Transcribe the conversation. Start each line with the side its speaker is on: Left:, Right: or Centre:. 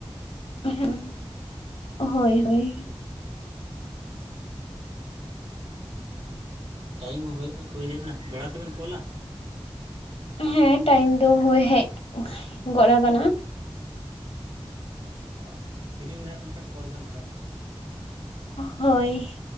Left: ᱦᱮᱸ <inaudible> ᱦᱳᱭ ᱦᱳᱭ᱾
Right: ᱴᱟᱭᱤᱢ ᱦᱩᱭ ᱦᱩᱭ ᱦᱮᱡ ᱮᱱᱟ ᱫᱚᱦᱟᱲᱟ ᱛᱮᱵᱮᱱ ᱠᱚᱞᱟ᱾
Left: ᱦᱮᱸ ᱴᱟᱭᱤᱢ ᱫᱚ ᱦᱳᱭ ᱦᱮᱡ <unintelligible> ᱜᱚᱨᱟ ᱠᱟᱱᱟ᱾
Right: ᱚᱻ ᱯᱷᱤᱨᱨᱤ ᱢᱮᱱᱟᱜ ᱵᱮ ᱠᱷᱟᱱ ᱠᱚᱞ ᱵᱮᱱ ᱫᱚᱦᱲᱟᱛᱮ᱾
Left: ᱦᱳᱭ᱾